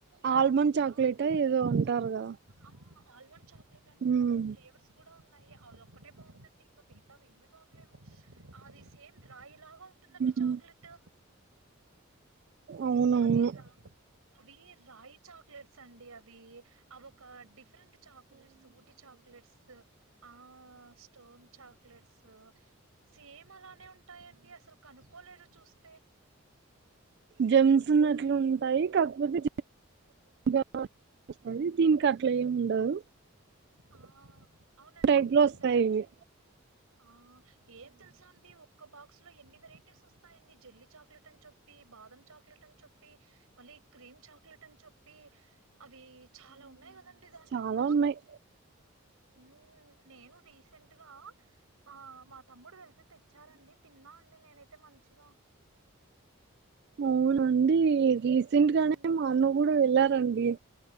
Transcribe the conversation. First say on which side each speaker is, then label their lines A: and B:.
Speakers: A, on the right (about 50°); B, on the right (about 85°).
A: ఆల్మండ్ చాక్లెట్
B: ఆ
A: ఏదో అంటారు కదా
B: ఆ ఆల్మండ్ చాక్లెట్ అండి
A: ఉమ్
B: దాంట్లో ఫ్లేవర్స్ కూడా ఉన్నాయి. అది ఒక్కటే బాగుందండి ఇంకా మిగతావి ఏమీ బాగలేవు అది సేమ్ రాయిలాగా ఉంటుందండి. చాక్లెట్
A: ఉమ్ అవునవును
B: అవి రా అవి రాయి చాక్లెట్స్ అండి అవి అవి ఒక డిఫరెంట్ చాక్లెట్స్ ఊట్టి చాక్లెట్స్ ఆ స్టోన్ చాక్లెట్స్ సేమ్ అలానే ఉంటాయండి. అసలు కనుక్కోలేరు చూస్తే
A: జేమ్స్ ఉన్నట్లు ఉంటాయి. కాకపోతే జెమ్ దీనికి అట్ల ఏమి ఉండదు
B: ఆ అవునండి
A: టైప్
B: అట్లేమి
A: లో వస్తాయి
B: ఉండదండి
A: ఇవి
B: ఆ ఏం తెలుసా అండి ఒ క్క బాక్స్ లో ఎన్ని వెరైటీస్ వస్తాయండి జల్లి చాక్లెట్ అని చేప్పి బాదం చాక్లెట్ అని చేప్పి మళ్ళీ క్రీమ్ చాక్లెట్ అని చెప్పి అవి చాలా ఉన్నాయి కదండి దాంట్లో
A: చాలా
B: కూడా
A: ఉన్నాయి
B: మ్ నేను రీసెంట్గా ఆ మా తమ్ముడు వెళ్తే తెచ్చారండి తిన్నా అండి నేనైతే మంచిగా
A: అవునండి రీసెంట్
B: హ్మ్.
A: గానే మా అన్న కూడా వెళ్లారండి